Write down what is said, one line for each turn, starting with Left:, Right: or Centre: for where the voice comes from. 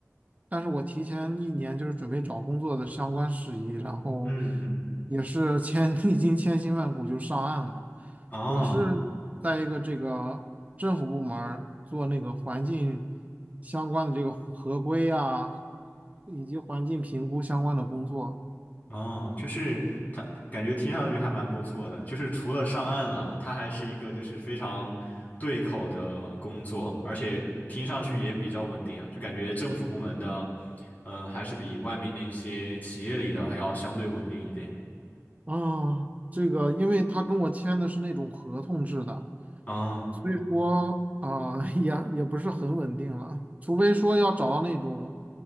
Right: 但是我提前一年就是准备找工作的相关事宜，然后
Left: 嗯嗯，
Right: 也是千 <laughs>，历经千辛万苦就上岸了。
Left: 哦
Right: 我是在一个这个政府部门儿做那个环境相关的这个合规啊，以及环境评估相关的工作。
Left: 哦，就是他感觉听上去还蛮不错的，就是除了上岸了，他还是一个就是非常对口的工作，而且听上去也比较稳定啊，就感觉政府部门的，呃，还是比外面那些企业里的还要相对稳定一点。
Right: 啊，这个，因为他跟我签的是那种合同制的，
Left: 哦。
Right: 所以说啊，<laughs> 也也不是很稳定了，除非说要找到那种